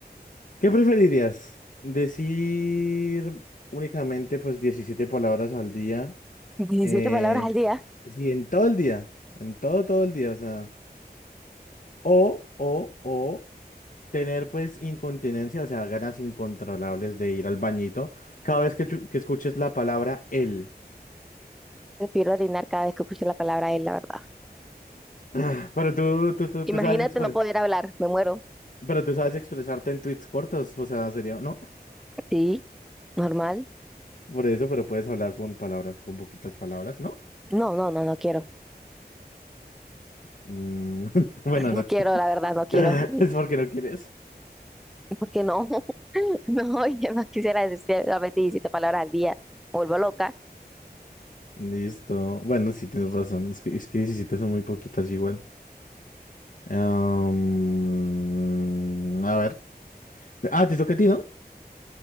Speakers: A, on the left; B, in the centre.
A: ¿Qué preferirías? ¿Decir únicamente pues 17 palabras al día?
B: diecisiete
A: Eh,
B: palabras al día.
A: sí, en todo el día, en todo, todo el día, o sea, o, o, o tener pues incontinencia, o sea, ganas incontrolables de ir al bañito cada vez que, chu- que escuches la palabra él.
B: Prefiero orinar cada vez que escucho la palabra él, la verdad.
A: Ah, <clears throat> Pero tú, tú, tú,
B: Imagínate
A: tú sabes expre-
B: no poder hablar, me muero.
A: pero tú sabes expresarte en tweets cortos, o sea, sería, ¿no?
B: Sí, normal.
A: Por eso, pero puedes hablar con palabras, con poquitas palabras, ¿no?
B: No, no, no, no quiero. <laughs>
A: Mm, <laughs> bueno,
B: No
A: no.
B: quiero,
A: <laughs>
B: la verdad, no quiero.
A: Es porque no quieres.
B: Porque no, <laughs> no, yo no quisiera decir solamente 17 palabras al día. Me vuelvo loca.
A: Listo. Bueno, sí tienes razón. Es que, es que 17 son muy poquitas igual. Am, a ver. Ah, te toca a ti, ¿no?